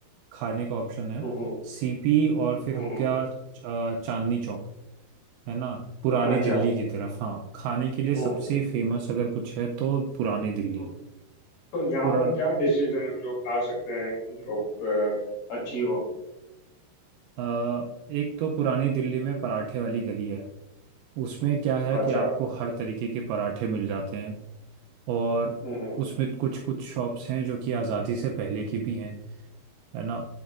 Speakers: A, on the right (about 80°); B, on the left (about 60°).
A: खाने का ऑप्शन है
B: हम्म
A: सीपी और फिर
B: हम्म
A: हो
B: हम्म,
A: गया अ, चांदनी चौक है ना पुरानी
B: हम्म। अच्छा
A: दिल्ली की तरफ हाँ खाने के लिए सबसे
B: हम्म
A: फेमस अगर कुछ है तो पुरानी दिल्ली
B: हम्म तो यहाँ
A: पुरान
B: पर क्या डिशेज हैं जो खा सकते हैं जो अ, अच्छी हो
A: अ, एक तो पुरानी दिल्ली में पराठे वाली गली है उसमें क्या है कि
B: अच्छा
A: आपको हर तरीके के पराठे मिल जाते हैं और
B: हम्म हम्म
A: उसमें कुछ कुछ शॉप्स हैं जो कि आज़ादी से पहले की भी हैं है ना